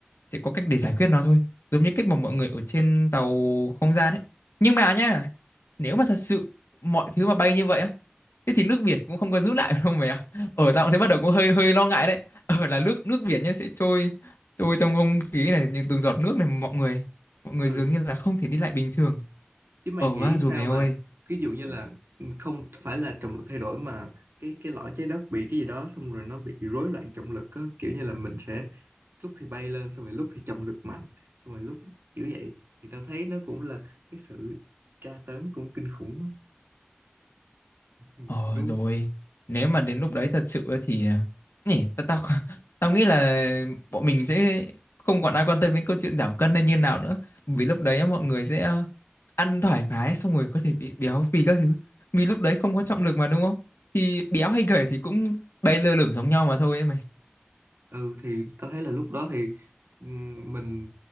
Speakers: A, on the left (about 80°); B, on the right (about 75°).
A: Sẽ có cách để giải quyết nó thôi. Giống như cách mà mọi người ở trên tàu không gian ấy. Nhưng mà nhá, nếu mà thật sự mọi thứ mà bay như vậy á, thế thì nước biển cũng không có giữ lại đâu mày ạ. Ở tao cũng thấy bắt đầu cũng hơi hơi lo ngại đấy. Ở là nước nước biển nhá sẽ trôi trôi trong không khí này, những từng giọt nước này mọi người mọi người
B: ừ,
A: dường như là không thể đi lại bình thường.
B: chứ mày
A: Ở
B: nghĩ
A: á rồi
B: sao
A: mày
B: mà
A: ơi.
B: ví dụ như là ừ, không phải là trọng lực thay đổi mà cái cái lõi trái đất bị cái gì đó xong rồi nó bị rối loạn trọng lực á kiểu như là mình sẽ lúc thì bay lên xong rồi lúc thì trọng lực mạnh xong rồi lúc kiểu vậy thì tao thấy nó cũng là cái sự tra tấn cũng kinh khủng á Ừ,
A: Ờ
B: đúng
A: rồi,
B: không?
A: nếu mà đến lúc đấy thật sự ấy thì à, nhỉ, tao tao <laughs> tao nghĩ là bọn mình sẽ không còn ai quan tâm đến câu chuyện giảm cân hay như nào nữa, vì lúc đấy á, mọi người sẽ ờ, ăn thoải mái xong rồi có thể bị béo phì các thứ. Vì lúc đấy không có trọng lực mà đúng không? Thì béo hay gầy thì cũng bay lơ lửng giống nhau mà thôi ấy mày.
B: ừ thì tao thấy là lúc đó thì ừm, mình